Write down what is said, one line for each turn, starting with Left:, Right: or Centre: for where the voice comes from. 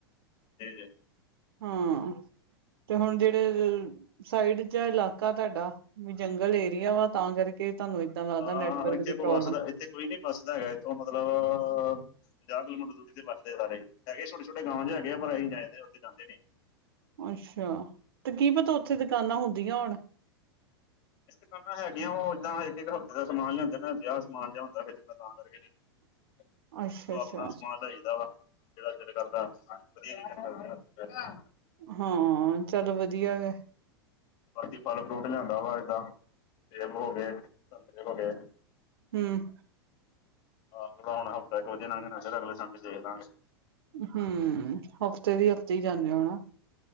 Left: ਜੀ-ਜੀ
Right: ਹਾੰ ਤੇ ਹੁਣ ਜਿਹੜੇ ਸਾਈਡ ਚ ਆ ਇਲਾਕਾ ਤੁਹਾਡਾ ਵੀ ਜੰਗਲ ਏਰੀਆ ਵਾ ਤਾਂ ਕਰਕੇ ਤੁਹਾਨੂੰ ਲੱਗਦਾ
Left: ਹਾੰ
Right: ਨੈਟਵਰਕ
Left: ਏਥੇ
Right: ਦੀ ਪ੍ਰੋਬਲਮ
Left: ਕੋਈ ਵਸਦਾ ਏਥੇ ਕੋਈ ਨੀ ਬੱਸਦਾ ਹੈਗਾ ਇੱਥੋਂ ਮਤਲਬ ਪੰਜਾਹ ਕਿਲੋਮੀਟਰ ਦੂਰੀ ਤੇ ਬੱਸਦੇ ਸਾਰੇ। ਹੈਗੇ ਛੋਟੇ-ਛੋਟੇ ਗਾਉਂ ਜੇਹੇ ਹੈਗੇ ਆ ਪਰ ਅਸੀ ਜਾਏ ਉਥੇ ਜਾਂਦੇ ਨੀ
Right: ਅੱਛਾ, ਤੇ ਕੀ ਪਤਾ ਉੱਥੇ ਦੁਕਾਨਾਂ ਹੁੰਦੀਆਂ ਹੋਣ।
Left: ਇਹ ਦੁਕਾਨਾਂ ਹੈਗੀਆਂ ਉਹ ਏਦਾਂ ਇੱਕ ਇੱਕ ਹਫ਼ਤੇ ਦਾ ਸਮਾਨ ਲਿਆਉਦੇ ਨਾ ਵਿਆਹ ਸਮਾਨ ਜ ਹੁੰਦਾ ਫੇਰ ਮੈਂ ਤਾਂ ਕਰਕੇ
Right: <inaudible>
Left: <inaudible>
Right: ਅੱਛਾ-ਅੱਛਾ
Left: ਉਹ ਆਪਣਾ ਸਮਾਨ ਲਈ ਦਾ ਵਾ <unintelligible> ਵਧੀਆ <unintelligible>
Right: ਹਾਂ, ਚੱਲੋ ਵਧੀਆ ਗਾ
Left: ਬਾਕੀ ਫਲ ਫਰੂਟ ਲਿਆਂਦਾ ਵਾ ਏਦਾਂ ਸੇਬ ਹੋ ਗਏ, ਸੰਤਰੇ ਹੋ ਗਏ <inaudible>
Right: ਹੂੰ-ਹੂੰ
Left: ਆਹ ਹੁਣ ਹਫ਼ਤਾ ਇੱਕ ਵਧੀ ਲੰਗ ਜਾਣਾ, ਫੇਰ ਅਗਲੇ ਸੰਡੇ ਦੇਖ ਲਾਂਗੇ।
Right: ਹੁੰ, ਹਫ਼ਤੇ ਦੀ ਹਫ਼ਤੇ ਹੀ ਜਾਂਨੇ ਹੋ ਨਾ।